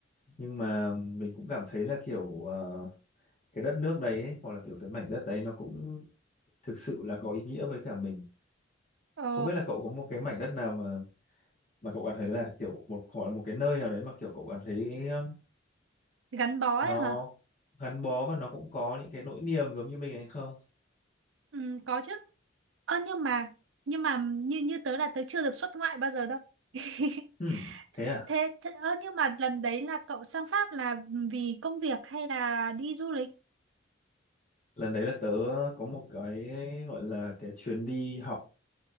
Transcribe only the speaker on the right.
ồ,
gắn bó ấy
hả?
Ừ, có chứ. Ơ nhưng mà, nhưng mà như như tớ là tớ chưa được xuất ngoại bao giờ đâu. <laughs>
Thế, thế ơ nhưng mà lần đấy là cậu sang Pháp là vì công việc hay là đi du lịch?